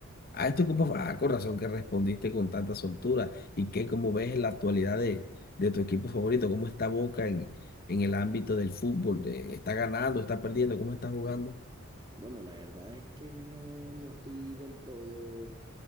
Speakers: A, on the left; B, on the right.
A: Ah, esto como, ah, con razón que respondiste con tanta soltura. ¿Y qué, cómo ves en la actualidad de, de tu equipo favorito? ¿Cómo está Boca en, en el ámbito del fútbol? Eh, ¿Está ganando, está perdiendo? ¿Cómo está jugando?
B: Bueno, la verdad es que no, no estoy del todo